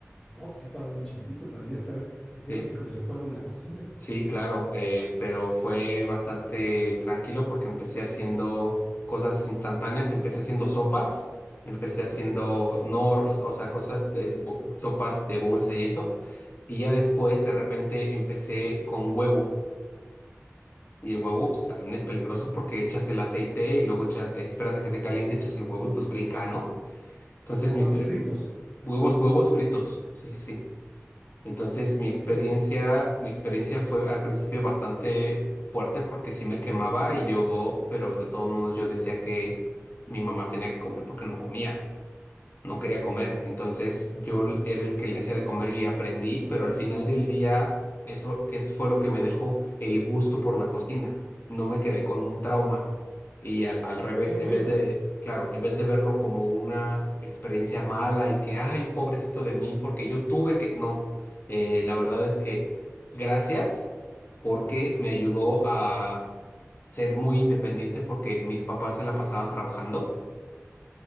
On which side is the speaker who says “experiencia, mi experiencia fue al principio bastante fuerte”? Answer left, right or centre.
Left